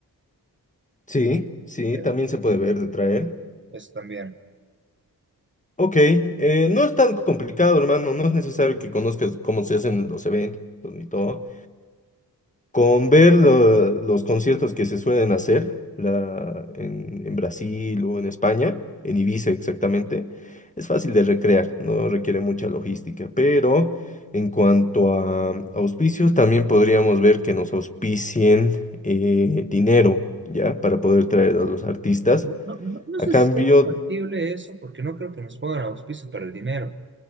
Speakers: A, on the left; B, on the right.
A: Sí, sí,
B: eh,
A: también se puede
B: sí,
A: ver de traer.
B: eso también.
A: Ok, eh, no es tan complicado, hermano, no es necesario que conozcas cómo se hacen los eventos ni todo. Con ver lo- los conciertos que se suelen hacer la- en, en Brasil o en España, en Ibiza exactamente, es fácil de recrear, no requiere mucha logística. Pero en cuanto a auspicios, también podríamos ver que nos auspicien eh, dinero, ¿ya? Para poder traer a los artistas.
B: No, no, no
A: A
B: sé
A: cambio,
B: si sea factible eso, porque no creo que nos pongan auspicio para el dinero.